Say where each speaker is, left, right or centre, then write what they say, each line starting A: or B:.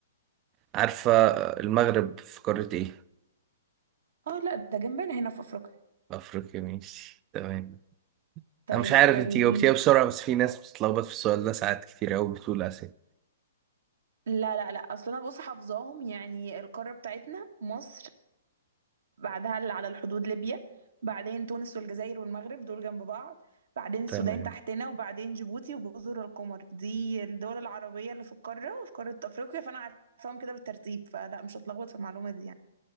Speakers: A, on the right (about 30°); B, on the right (about 65°).
A: عارفة المغرب في قارة ايه؟
B: اه لا ده جنبنا هنا في افريقيا
A: افريقيا ماشي تمام
B: طيب
A: انا مش عارف
B: خليه
A: انت جاوبتيها بسرعة بس في ناس بتتلخبط في السؤال ده ساعات كتير قوي بتقول اسيا
B: لا لا لا اصل انا بص حافظاهم يعني القارة بتاعتنا مصر بعدها اللي على الحدود ليبيا بعدين تونس والجزائر والمغرب دول جنب بعض بعدين السودان
A: تمام
B: تحتنا وبعدين جيبوتي وجزر القمر دي الدول العربية اللي في القارة في قارة أفريقيا فأنا عارفاهم كده بالترتيب فلا مش هتلخبط في المعلومة دي يعني